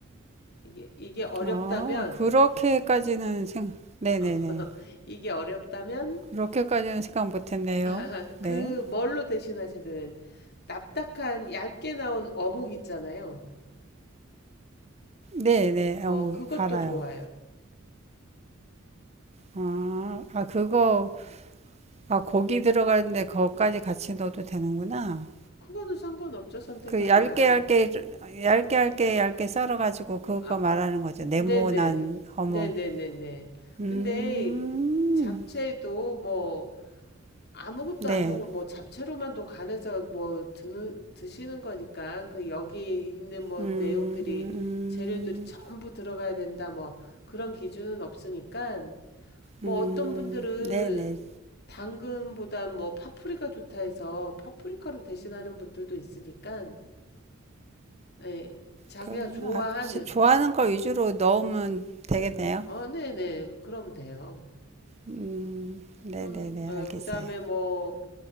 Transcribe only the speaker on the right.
어 그렇게까지는 생각 네네네
그렇게까지는 생각 못했네요.
네
네네
어묵
알아요.
아, 아 그거 아 고기 들어가는데 그거까지 같이 넣어도 되는구나.
그 얇게
얇게 얇게 얇게 얇게 썰어가지고 그거
말하는 거죠. 네모난
어묵.
음,
네.
음,
음, 음,
음,
네네.
그런
아, 좋아하는 걸 위주로 넣으면 되겠네요.
음, 네네네,
알겠어요.